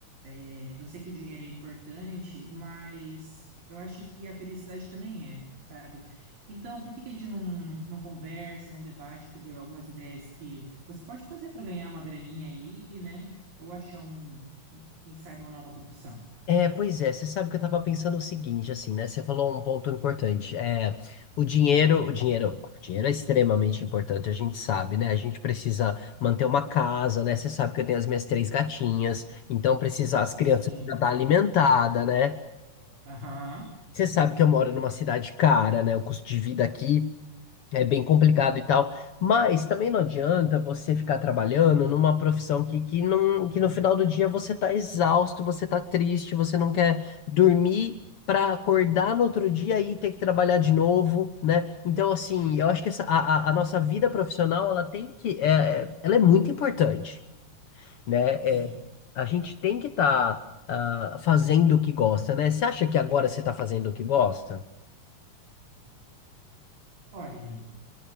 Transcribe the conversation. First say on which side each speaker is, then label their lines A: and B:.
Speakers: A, on the right; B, on the left.
A: É, eu sei que o dinheiro é importante, mas eu acho que a felicidade também é, sabe? Então, por que que a gente não, não conversa, não debate sobre algumas ideias que você pode fazer para ganhar uma graninha aí, né? Ou achar um, um- quem sabe, uma nova profissão?
B: É, pois é, você sabe que eu tava pensando o seguinte, assim, né? Você falou um ponto importante. É, o dinheiro, o dinheiro, o dinheiro é extremamente importante, a gente sabe, né? A gente precisa manter uma casa, né? Você sabe que eu tenho as minhas três gatinhas, então precisa, as crianças
A: Sim,
B: precisam
A: amigo.
B: estar alimentadas, né?
A: Aham,
B: Você sabe que eu moro numa cidade cara, né? O custo de vida aqui é bem complicado e tal, mas também não adianta você ficar trabalhando numa profissão que, que, não, que no final do dia você tá exausto, você tá triste, você não quer dormir para acordar no outro dia e ter que trabalhar de novo, né? Então, assim, eu acho que essa, a, a- a nossa vida profissional, ela tem que, é, é- ela é muito importante, né?
A: sim.
B: É, a gente tem que estar fazendo o que gosta, né? Você acha que agora você está fazendo o que gosta?
A: Olha, amigo.